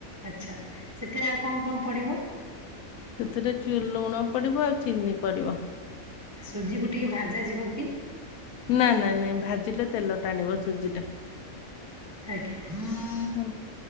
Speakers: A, on the right; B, on the left.
A: ଆଛା ସେଥିରେ ଆଉ କଣ କଣ ପଡିବ
B: ସେଥିରେ ଲୁଣ ପଡିବ ଆଉ ଚିନି ପଡିବ
A: ସୁଜି କ ଟିକେ ଭାଜ ଯିବ କି
B: ନା ନାଇଁ ନାଇଁ ଭାଜିଲେ ତେଲ ଟା ଆଣିବ ସୁଜି ଟା
A: ଆଜଞ
B: ହ